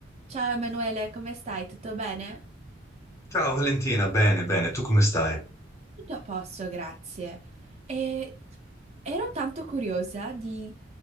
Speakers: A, on the right; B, on the left.
A: Ciao Emanuele, come stai? Tutto bene?
B: Ciao Valentina, bene, bene, tu come stai?
A: Tutto a posto, grazie. E ero tanto curiosa di